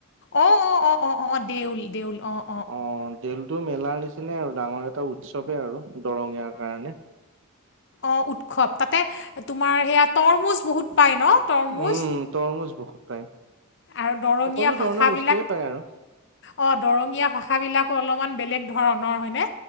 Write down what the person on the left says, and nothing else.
<unintelligible> অঁ-অঁ-অঁ-অঁ-অঁ দেউল-দেউল অঁ!
অঁ! উৎসৱ তাতে তোমাৰ সেয়া তৰমুজ বহুত পায় ন? তৰমুজ
<unintelligible>
আৰু দৰঙীয়া
ভাষাবিলাক।
অঁ! দৰঙীয়া ভাষাবিলাকো অলপমান বেলেগ ধৰণৰ হয়নে।